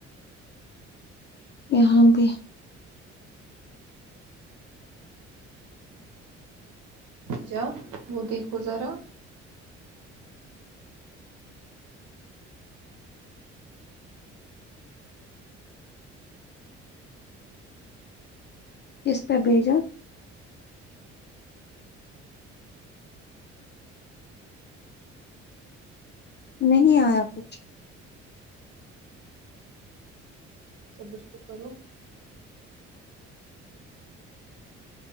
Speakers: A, on the left (about 30°); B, on the right (about 60°).
A: یہاں بھی
B: ج جا وہ دیکھو ذرا
A: کس پہ بیجا نہیں آیا کچھ
B: صبر تو کرو